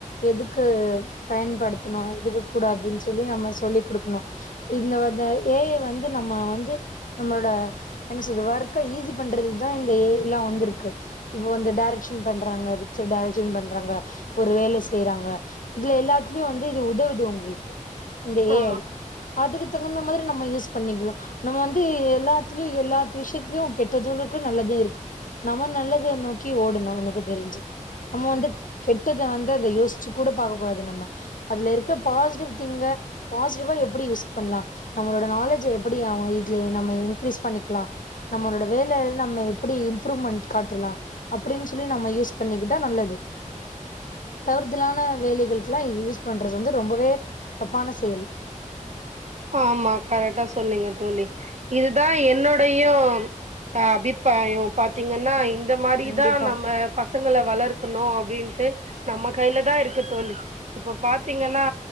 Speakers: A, on the left (about 80°); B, on the right (about 60°).
A: எதுக்கு பயன்படுத்தணும் இருதுக்க கூடாதுன்னு சொல்லி நம்ம சொல்லிக் கொடுக்கணும் இந்த வ ஏ வந்து நம்ம வந்து நம்மளோட என்ன சொல்லறது ஒர்க்க ஈசி பண்றது தான் இந்த ஏ ஐ ல வந்து இருக்கு வந்து டைரக்க்ஷன் பண்றாங்க பிக்சர் டைரக்க்ஷன் பண்றாங்க ஒரு வேலை செய்யறாங்க இதுல எல்லாத்துலயும் வந்து இது உதவுது உங்களுக்கு இந்த ஏ
B: ஆமா
A: ஐ அதுக்கு தகுந்த மாதிரி நம்ம யூஸ் பண்ணிக்கலாம் நம்ம வந்து எல்லாத்துலயும் எல்லா விஷயத்தலயும் கெட்டது இருக்கு நல்லது இருக்கு நம்ம நல்லது நோக்கி ஓடணும் எனக்கு தெரிஞ்சு நம்ம வந்து கெட்டத வந்து அதை யோசிச்சு கூட பாக்க கூடாது நம்ம அதுல இருக்க பாசிட்டிவ் திங் க பாசிட்டிவா எப்படி யூஸ் பண்ணலாம் நம்மளோட நாலேஜ எப்படி அவங்க இதுல நம்ம இன்கிரீஸ் பண்ணிக்கலாம் நம்மளோட வேலை நம்ம எப்படி இம்ப்ரூவ்மெண்ட் காட்டலாம் அப்படின்னு சொல்லி நம்ம யூஸ் பண்ணிக்கிட்டா நல்லது தவறுதலான வேலைகளுக்கெ ல்லாம் இது யூஸ் பண்றது வந்து ரொம்பவே தப்பான செயல் <inaudible>
B: ஆமா கரெக்டா சொன்னிங்க தோலி இதுதான் என்னுோடையும் ஹ அபி ப்ராயம் பாத்தீங்கன்னா இந்த மாதிரிதான்
A: கண்டிப்பா
B: நம்ம பசங்களை வளர்க் க்கனும் அப்படின்ட்டு நம்ம கையில தான் இருக்கு தோலி இப்ப பாத்தீங்கன்னா